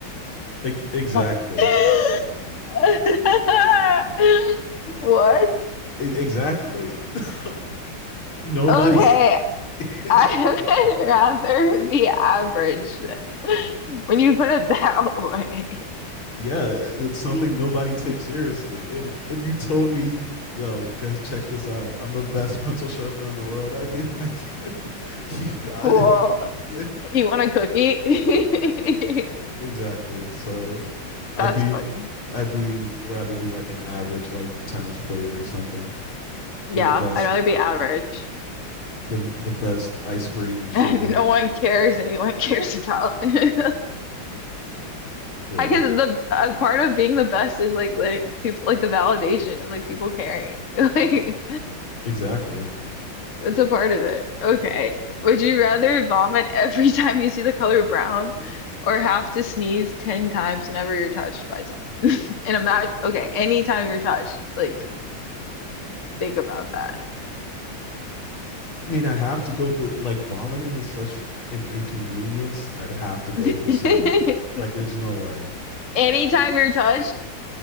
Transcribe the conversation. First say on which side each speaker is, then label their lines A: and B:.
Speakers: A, on the left; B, on the left.
A: E- exactly,
B: What? <laughs> What?
A: E- exactly. <laughs> nobody,
B: Okay,
A: <laughs> exactly.
B: I would <laughs> rather be average then. <laughs> When you put it that <laughs> way.
A: yeah, it's something
B: <laughs>
A: nobody takes seriously. And if you told me, yo, guys, check this out, I'm the best <laughs> pencil sharpener in the world, I'd be like, <laughs> you got
B: Cool.
A: it. <laughs> yeah,
B: You want a cookie? <laughs>
A: exactly. So I'd
B: That's
A: be,
B: funny.
A: I'd be rather be like an average like tennis player or something
B: Yeah,
A: than the best
B: I'd rather be average.
A: than the best ice cream shaver.
B: <laughs> No one cares anyone cares about. <laughs> I
A: Yeah,
B: guess the a part of being the best is like letting people like the validation of like people caring. <laughs> Like
A: exactly.
B: It's a part of it. Okay. Would you rather vomit every <laughs> time you see the color brown or have to sneeze 10 times whenever you're touched by someone? <laughs> And imagine, okay, anytime you're touched, like, think about that.
A: I mean, I'd have to go with the like vomiting is such an inconvenience. I'd have to go
B: <laughs>
A: with the sneezing. Like, there's no way.
B: Anytime you're touched,